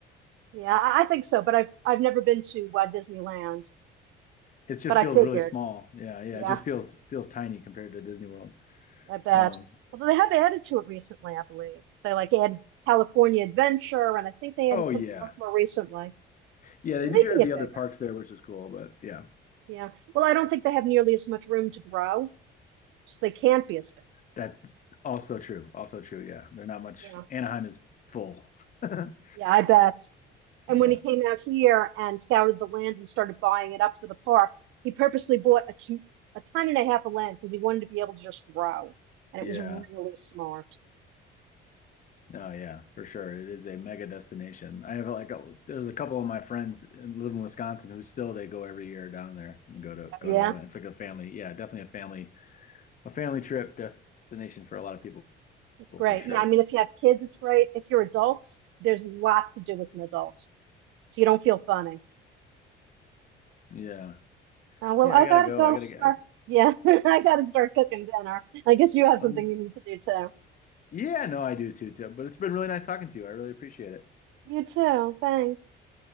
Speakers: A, on the right; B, on the left.
A: Yeah, I I think so, but I've I've never been to Walt Disneyland,
B: It just
A: but I
B: feels
A: figured,
B: really small. Yeah, yeah,
A: yeah,
B: it just feels feels tiny compared to Disney World.
A: I bet.
B: Um,
A: Although they have added to it recently, I believe. They like added California Adventure, and I think they
B: oh
A: added something
B: yeah,
A: else more recently.
B: yeah,
A: So
B: they
A: they're
B: do
A: making
B: have
A: it
B: the other
A: bigger.
B: parks there, which is cool, but yeah,
A: Yeah. Well, I don't think they have nearly as much room to grow, so they can't be as big.
B: that also true, also true. Yeah, they're not much.
A: Yeah.
B: Anaheim is full. <laughs>
A: Yeah, I bet. And
B: Yeah.
A: when he came out here and scouted the land and started buying it up for the park, he purposely bought a t a ton and a half of land because he wanted to be able to just grow, and
B: Yeah.
A: it was really smart.
B: No, yeah, for sure. It is a mega destination. I have like a, there's a couple of my friends in- live in Wisconsin who still they go every year down there and go to go
A: Yeah,
B: to Orlando. It's like a family, yeah, definitely a family a family trip destination for a lot of people
A: it's great.
B: for sure.
A: Yeah, I mean, if you have kids, it's great. If you're adults, there's lots to do as an adult, so you don't feel funny.
B: Yeah.
A: Uh, well,
B: Yeah,
A: I
B: I gotta
A: gotta
B: go.
A: go
B: I gotta
A: start.
B: get I,
A: Yeah, <laughs> I gotta start cooking dinner. I guess you have something
B: um,
A: you need to do too.
B: yeah, no, I do too, too. But it's been really nice talking to you. I really appreciate it.
A: You too. Thanks.